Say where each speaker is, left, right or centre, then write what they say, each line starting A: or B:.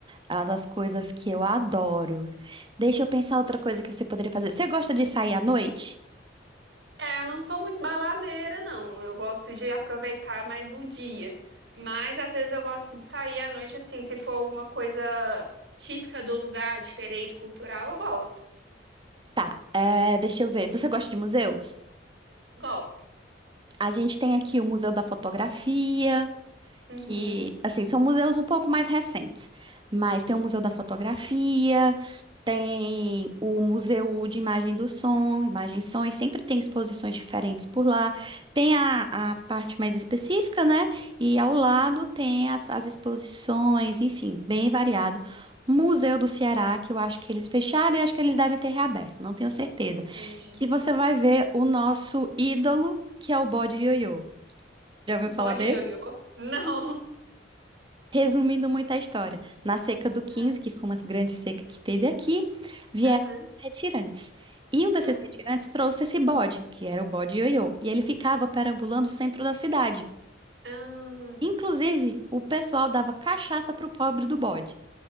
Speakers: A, on the right (about 25°); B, on the right (about 70°).
A: É uma das coisas que eu adoro. Deixa eu pensar outra coisa que você poderia fazer. Você gosta de sair à noite?
B: É, eu não sou muito baladeira, não. Eu gosto de aproveitar mais o dia. Mas às vezes eu gosto de sair à noite, assim, se for alguma coisa típica do lugar, diferente, cultural, eu gosto.
A: Tá, é, deixa eu ver. Você gosta de museus?
B: Gosto.
A: A gente tem aqui o Museu da Fotografia.
B: Uhum,
A: que, assim, são museus um pouco mais recentes, mas tem o Museu da Fotografia, tem o Museu de Imagem do Som, Imagem e Som, e sempre tem exposições diferentes por lá. Tem a, a parte mais específica, né? E ao
B: uhum.
A: lado tem as, as exposições, enfim, bem variado. Museu do Ceará, que eu acho que eles fecharam e acho que eles devem ter reaberto, não tenho certeza.
B: Entendi.
A: Que você vai ver o nosso ídolo, que é o Bode Ioiô. Já ouviu falar
B: Bode ioiô? <laughs> Não.
A: Resumindo muito a história, na seca do 15,
B: Ah,
A: que foi uma grande seca que teve aqui, vieram
B: Aham,
A: os retirantes. E um desses
B: aham.
A: retirantes trouxe esse bode, que era o bode ioiô, e ele ficava perambulando o centro da cidade.
B: Ah,
A: Inclusive, o pessoal dava cachaça pro pobre do bode.